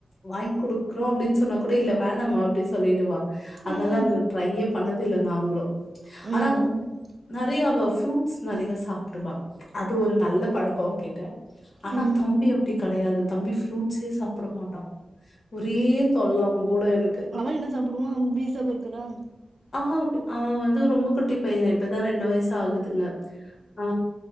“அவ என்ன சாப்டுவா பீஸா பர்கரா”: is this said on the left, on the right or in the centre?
Right